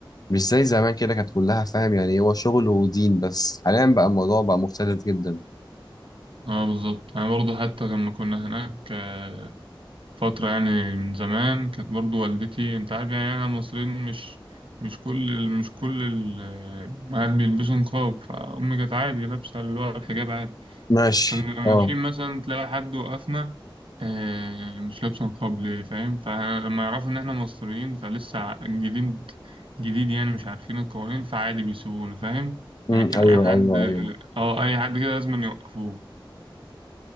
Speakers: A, on the left; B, on the right.
A: مش زي زمان كده كانت كلها فاهم يعني هو شغل ودين بس حاليا بقى الموضوع بقى مختلف جدا
B: اه بالظبط انا برضو حتى لما كنا هناك آه، فترة يعني من زمان كانت برضو والدتي انت عارف يعني انا مصريين مش مش كل ال- مش كل الأمهات بيلبسوا نقاب فأمي كانت عادي لابسة اللي هو الحجاب عادي
A: ماشي
B: فلما ماشيين
A: اه
B: مثلا تلاقي حد وقفنا آه، مش لابس نقاب ليه فاهم فلما يعرفوا إن إحنا مصريين فلسه جديد جديد يعني مش عارفين القوانين فعادي بيسيبونا فاهم
A: امم
B: يعني كان
A: ايوه
B: أي حد
A: ايوه ايوه
B: أه أي حد كده لازم يوقفوه